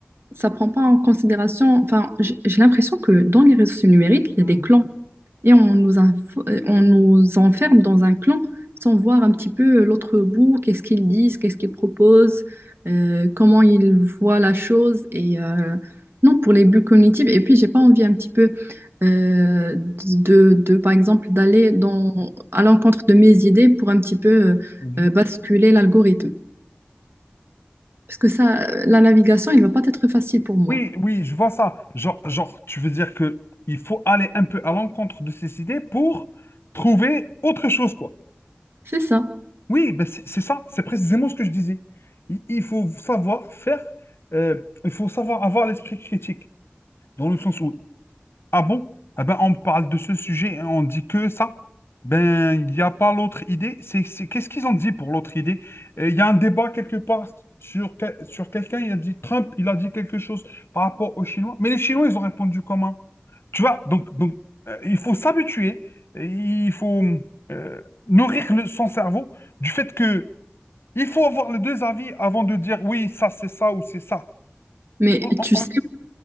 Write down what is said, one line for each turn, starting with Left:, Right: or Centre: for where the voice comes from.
Right: ça prend pas en considération. Enfin, j'ai j'ai l'impression que dans les réseaux numériques, il
Left: Mhm.
Right: y a des clans et on nous, info- on nous enferme dans un clan sans voir un petit peu euh, l'autre bout, qu'est-ce qu'ils disent, qu'est-ce qu'ils proposent, euh, comment ils voient la chose. Et euh, non, pour les bulles cognitives. Et puis, j'ai pas envie un petit peu euh, de, de, par exemple, d'aller dans, à l'encontre de mes idées pour un petit peu euh,
Left: Mhm.
Right: euh, basculer l'algorithme. Parce que ça, euh, la navigation, elle va pas être facile pour moi.
Left: Oui, oui, je vois ça. Genre, genre, tu veux dire que il faut aller un peu à l'encontre de ces idées pour trouver autre chose, quoi.
Right: C'est ça.
Left: Oui, ben c'est c'est ça, c'est précisément ce que je disais. Il, il faut savoir faire, euh, il faut savoir avoir l'esprit critique, dans le sens où Ah bon? Eh ben, on parle de ce sujet et on dit que ça. Ben, il n'y a pas l'autre idée. C'est, c'est- Qu'est-ce qu'ils ont dit pour l'autre idée? Euh, Il y a un débat quelque part sur, que- sur quelqu'un. Il a dit Trump, il a dit quelque chose par rapport aux Chinois. Mais les Chinois, ils ont répondu comment? Tu vois, donc, donc euh, il faut s'habituer. Il faut euh, nourrir le- son cerveau du fait que il faut avoir les deux avis avant de dire oui, ça c'est ça ou c'est ça.
Right: Mais
Left: On- on-
Right: tu sais
Left: on-